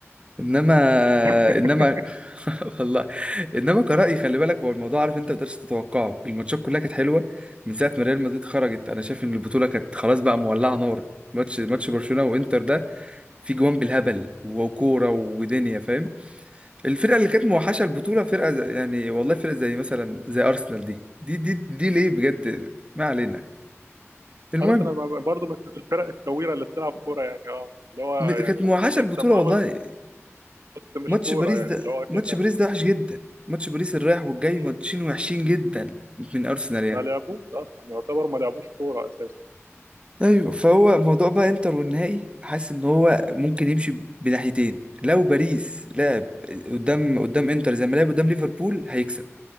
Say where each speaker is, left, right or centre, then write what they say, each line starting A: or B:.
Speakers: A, on the right; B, on the right.
A: انما
B: <laughs>
A: انما <laughs> والله انما كرأي خلي بالك هو الموضوع عارف انت ما تقدرش تتوقعه الماتشات كلها كانت حلوه من ساعه ما ريال مدريد خرجت انا شايف ان البطوله كانت خلاص بقى مولعه نار ماتش ماتش برشلونه وانتر ده في جوان بالهبل وكوره ودنيا فاهم الفرقه اللي كانت موحشه البطوله فرقه زي- يعني والله فرقه زي مثلا زي ارسنال دي دي دي, دي ليه بجد ما علينا المهم
B: ارسنال ما- برضه مش من الفرق الكويره اللي بتلعب كوره يعني اه اللي هو
A: م-
B: يعني
A: كانت
B: ممكن
A: موحشه
B: يكسب
A: البطوله
B: اه
A: والله
B: بس بس مش
A: ماتش
B: كوره
A: باريس ده
B: يعني اللي هو
A: ماتش
B: كده
A: باريس ده وحش جدا ماتش باريس الرايح والجاي
B: مم.
A: ماتشين وحشين جدا من ارسنال يعني
B: ما لعبوش اصلا يعتبر ما لعبوش كوره اساسا
A: ايوه فهو موضوع بقى انتر والنهائي حاسس ان هو ممكن يمشي بناحيتين لو باريس لعب قدام قدام انتر زي ما لعب قدام ليفربول هيكسب